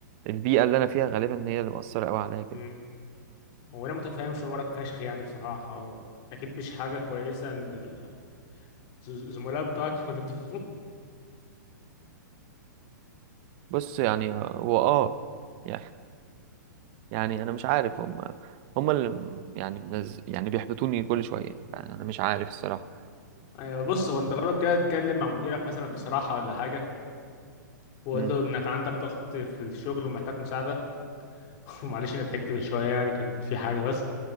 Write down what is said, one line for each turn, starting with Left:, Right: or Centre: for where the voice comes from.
Right: البيئه اللي انا فيها غالبا هي اللي مأثره قوي عليا كده
Left: امم وانا متفاهم شعورك فشخ يعني بصراحه و... اكيد مش حاجه كويسه ان ال- ز- الزملاء بتوعك يقولوا بت-
Right: بص يعني هو اه يعني يعني انا مش عارف هم هم اللي م- يعني منز... يعني بيحبطوني كل شويه يعني انا مش عارف الصراحه
Left: <laughs> ايوه بص هو انت جرب كده تتكلم مع مديرك مثلا بصراحه ولا حاجه وقول
Right: امم
Left: له انك عندك ضغط في الشغل ومحتاج مساعده <laughs> ومعلش انا ضحكت من شويه يعني كان في حاجه بس